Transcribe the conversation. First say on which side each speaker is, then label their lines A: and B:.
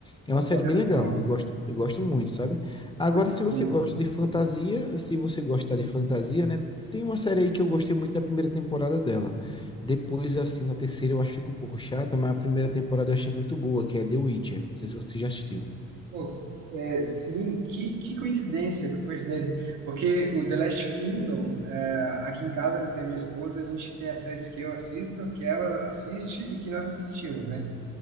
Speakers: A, on the left; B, on the right.
A: É uma
B: Olha
A: série bem legal.
B: só,
A: Eu gosto, eu gosto muito, sabe?
B: que
A: Agora,
B: coincidência.
A: se você gosta de fantasia, se você gostar de fantasia, né? Tem uma série aí que eu gostei muito da primeira temporada dela. Depois, assim, na terceira eu acho que fica um pouco chata, mas a primeira temporada eu achei muito boa, que é The Witcher. Não sei se você já assistiu.
B: Pô, é, sim, que, que coincidência, que coincidência. Porque o The Last Kingdom, é, aqui em casa, né, tem a minha esposa, a gente tem as séries que eu assisto, que ela assiste e que nós assistimos, né?